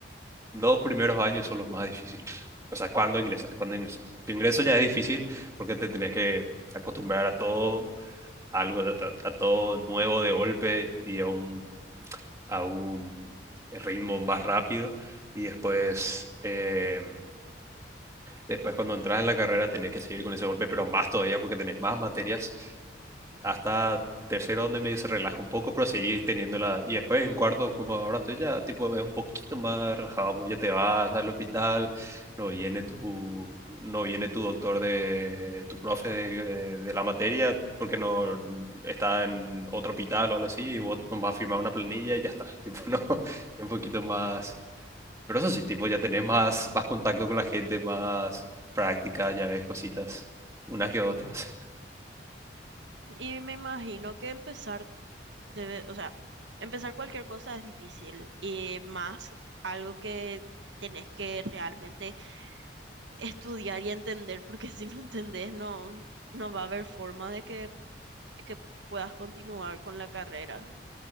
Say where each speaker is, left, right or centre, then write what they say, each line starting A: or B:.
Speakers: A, on the right; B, on the right.
A: dos primeros años son los más difíciles. O sea, cuando ingresas, cuando ingresas. Tu ingreso ya es difícil porque te tenés que acostumbrar a todo, algo, a- a todo nuevo de golpe y a un a un ritmo más rápido y después, eh, después cuando entras en la carrera tenés que seguir con ese golpe, pero más todavía porque tenés más materias hasta tercero donde medio se relaja un poco, pero seguí teniéndola. Y después en cuarto, como ahora estoy ya, tipo, es un poquito más relajado, pues ya te vas al hospital, no viene tu, no viene tu doctor de, tu profe de, de la materia, porque no está en otro hospital o algo así, y vos no vas a firmar una planilla y ya está, tipo, <laughs> no, es un poquito más... Pero eso sí, tipo, ya tenés más, más contacto con la gente, más práctica, ya ves cositas, unas que otras. <laughs>
B: y me imagino que empezar debe, o sea, empezar cualquier cosa es difícil y más algo que tenés que realmente estudiar y entender, porque <laughs> si no entendés no, no va a haber forma de que, que puedas continuar con la carrera